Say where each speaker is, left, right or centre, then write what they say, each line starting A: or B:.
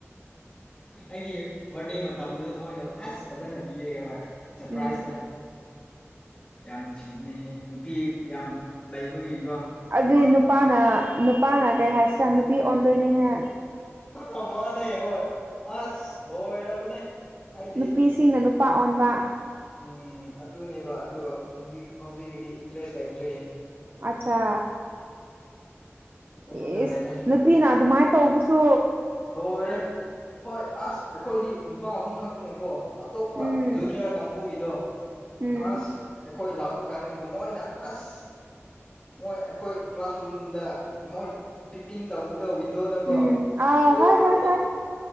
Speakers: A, on the left; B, on the right.
A: ꯑꯩꯒꯤ ꯔꯗꯦ ꯃ ꯃꯇꯝꯗꯨꯁꯨ ꯃꯣꯏꯅ ꯑꯁ ꯐꯖꯅ ꯄꯤꯔꯛꯑꯦ ꯍꯣꯏ ꯁꯔꯄ꯭ꯔꯥꯏꯖꯇ
B: ꯎꯝ
A: ꯌꯥꯝ ꯅꯨꯡꯁꯤꯕꯅꯦꯍꯦ ꯅꯨꯄꯤ ꯌꯥꯝ ꯂꯩꯕꯒꯤꯀꯣ
B: ꯑꯗꯨꯏ ꯅꯨꯄꯥꯅ ꯅꯨꯄꯥꯅ ꯀꯩ ꯍꯥꯏꯁꯤꯔꯥ ꯅꯨꯄꯤ ꯑꯣꯟꯗꯣꯏꯅꯤꯍꯦ
A: ꯑ ꯃꯥꯅꯦ ꯍꯣꯏ ꯑꯁ ꯂꯣꯏꯔꯕꯅꯦ ꯍꯥꯏꯗꯤ
B: ꯅꯨꯄꯤꯁꯤꯡꯅ ꯅꯨꯄꯥ ꯑꯣꯟꯕ
A: ꯎꯝ ꯑꯗꯨꯅꯦꯕ ꯑꯗꯣ ꯍꯧꯖꯤꯛ ꯍꯧꯖꯤꯛꯀꯤꯗꯤ ꯏꯟꯇꯔꯦꯁ ꯂꯩꯇ꯭ꯔꯔꯤ
B: ꯑꯆꯥ
A: ꯑꯗꯨꯗ
B: ꯑꯦꯁ
A: ꯂꯩꯔꯦ
B: ꯅꯨꯄꯤꯅ ꯑꯗꯨꯃꯥꯏꯅ ꯇꯧꯕꯁꯨ
A: ꯂꯣꯏꯔꯦ ꯍꯣꯏ ꯑꯁ ꯑꯩꯈꯣꯏꯗꯤ ꯅꯨꯄꯥ ꯑꯍꯨꯝ ꯈꯛꯇꯅꯦꯀꯣ ꯑꯇꯣꯞꯄ
B: ꯎꯝ
A: ꯖꯨꯅꯤꯌꯔ ꯀꯥꯡꯕꯨꯒꯤꯗꯣ
B: ꯎꯝ
A: ꯑꯁ ꯑꯈꯣꯏ ꯂꯥꯛꯄ ꯀꯥꯟꯗꯀꫭ ꯃꯣꯏꯅ ꯑꯁ ꯃꯣꯏ ꯑꯩꯈꯣꯏ ꯀ꯭ꯂꯥꯁꯔꯨꯝꯗ ꯃꯣꯏ ꯄꯤꯄꯤꯡ ꯇꯧꯕꯗꯣ ꯋꯤꯟꯗꯣꯗꯀꯣ
B: ꯎꯝ ꯑꯥꯎ
A: ꯂꯣꯏꯔꯕꯅꯦ
B: ꯍ ꯍ ꯍ